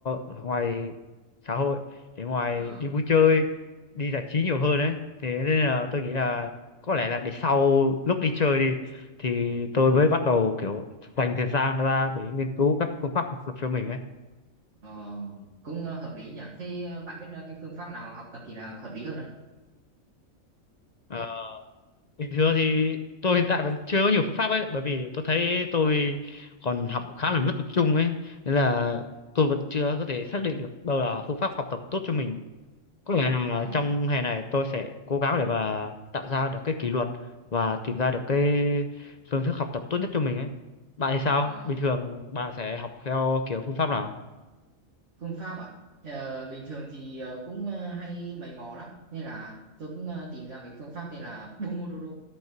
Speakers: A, on the left; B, on the right.
A: ở ngoài xã hội để ngoài
B: à,
A: đi vui chơi đi giải trí nhiều hơn đấy thế nên là tôi nghĩ là có lẽ là để sau lúc đi chơi đi thì tôi mới bắt đầu kiểu dành thời gian ra để nghiên cứu các phương pháp học tập cho mình ấy
B: ờ, cũng ờ, hợp lý nhỉ thế ờ, bạn biết ờ, cái phương pháp nào học tập thì là hợp lý hơn
A: Ờ. bình thường thì tôi hiện tại vẫn chưa có nhiều phương pháp ấy bởi vì tôi thấy tôi còn học khá là mất tập trung ấy nên là tôi vẫn chưa có thể xác định được đâu là phương pháp học tập tốt cho mình có lẽ là
B: không
A: trong hè này tôi sẽ cố gắng để mà tạo ra được cái kỷ luật và tìm ra được cái phương thức học tập tốt nhất cho mình ấy bạn thì sao
B: à,
A: bình thường bạn sẽ học theo kiểu phương pháp nào
B: Phương pháp à? Ờ, bình thường thì ờ, cũng ờ, hay mày mò lắm nên là tôi cũng ờ, tìm ra cái phương pháp tên là Pomodoro.